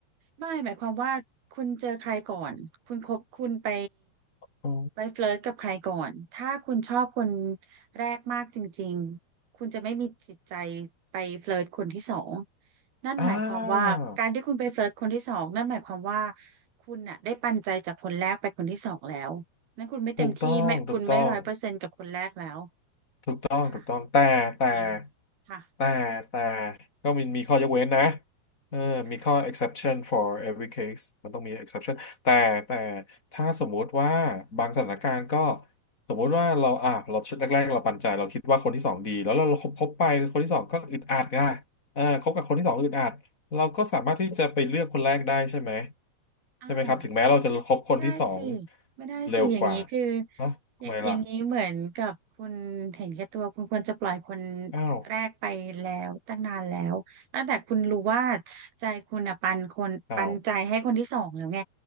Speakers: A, on the right (about 65°); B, on the left (about 20°).
A: ไม่หมายความว่าคุณเจอใครก่อนคุณคบคุณไป
B: อ๋อ
A: ไปเฟลิร์ตกับใครก่อนถ้าคุณชอบคนแรกมากจริงๆคุณจะไม่มีจิตใจไปเฟลิร์ตคนที่สองนั่นหมายความว่าการที่คุณไปเฟลิร์ตคนที่สองนั่นหมายความว่า
B: อ่า
A: คุณน่ะได้ปันใจจากคนแรกไปคนที่สองแล้วนั่นคุณไม่เต็มที่ไม่คุณไม่ร้อยเปอร์เซ็นต์กับคนแรกแล้ว
B: ถูกต้องถูกต้อง ต้องถูกต้องแต่แต่
A: ค่ะนั่นเองค่ะ
B: แต่แต่ก็มีมีข้อยกเว้นนะเออมีข้อ
A: ค่ะ
B: exception for every case มันต้องมี exception แต่แต่ถ้าสมมุติว่าบางสถานการณ์ก็สมมุติว่าเราอ่ะเราชุดแรกๆเราปันใจเราคิดว่าคนที่สองดีแล้วเราเราคบคบไปคนที่สองก็อึดอัดไงเออคบกับคนที่สองอึดอัดเราก็สามารถที่จะไปเลือกคนแรกได้ใช่ไหม
A: อ้าว
B: ใช่ไหมครับถึงแม้เราจะคบคนที่สอง
A: ไม่ได้สิไม่ได้สิอย่างนี้คือ
B: เร็วกว่าเนอะทำไมล่ะ
A: อย่าอย่างนี้เหมือนกับคุณเห็นแก่ตัวคุณควรจะปล่อยคน
B: อ้าว
A: แรกไปแล้วตั้งนานแล้วตั้งแต่คุณรู้ว่าใจคุณอ่ะปันคนปันใจให้คนที่สองแล้วไง
B: อ้าว